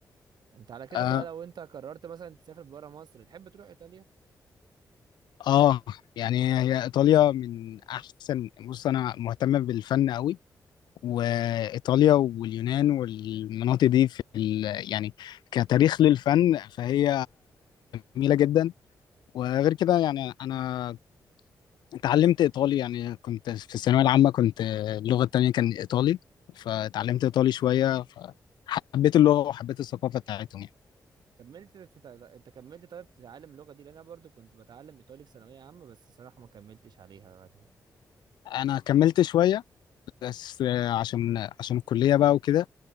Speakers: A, on the right (about 75°); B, on the left (about 85°).
A: أنت على كده
B: اه
A: بقى لو أنت قررت مثلا تسافر برا مصر تحب تروح إيطاليا
B: آه. يعني هي ايطاليا من احسن بص انا مهتم بالفن قوي وايطاليا واليونان والمناطق دي في ال... يعني كتاريخ للفن فهي جميله جدا وغير كده يعني انا اتعلمت ايطالي يعني كنت في الثانويه العامه كنت اللغه التانية كان ايطالي فاتعلمت ايطالي شويه فحبيت اللغه وحبيت الثقافه بتاعتهم يعني
A: كملت تتع... أنت كملت طيب تتعلم اللغة دي لأن أنا برضو كنت بتعلم إيطالي في ثانوية عامة بس الصراحة ما كملتش عليها يعني
B: انا كملت شويه بس عشان عشان الكليه بقى وكده